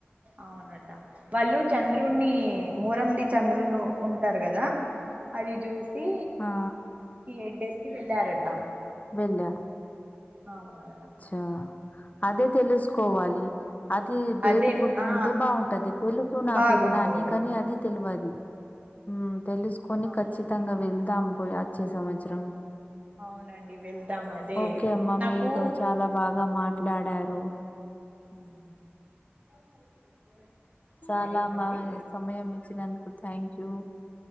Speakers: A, on the right; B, on the left.
A: అవునంటా వాళ్ళు చంద్రున్ని మొహరం ది చంద్రుడు ఉంటారు కదా అది చూసి
B: ఆ
A: ఎయిట్ డేస్ కి వెళ్ళారటా
B: వెళ్లారు
A: అవును గదా
B: ఆ అదే తెలుసుకోవాలి అది డేట్
A: అదే
B: గుర్తుంటే
A: ఆ
B: బాగుంటది తెలుసు నాకు
A: బాగుంటది
B: ఇట్లా అని కానీ అది తెలవదు హ్మ్ తెలుసుకు కొన్ని
A: అవునండి
B: ఖచ్చితంగా వెళ్దాం పోయి అచ్చే సంవత్సరం
A: అవునండి వెళ్దాం అదే
B: ఓకే అమ్మ.
A: నాకూ
B: మీరు చాలా బాగా మాట్లాడారు
A: <unintelligible>
B: చాలా
A: సరేనండి
B: మా సమయం ఇచ్చినందుకు థ్యాంక్ యూ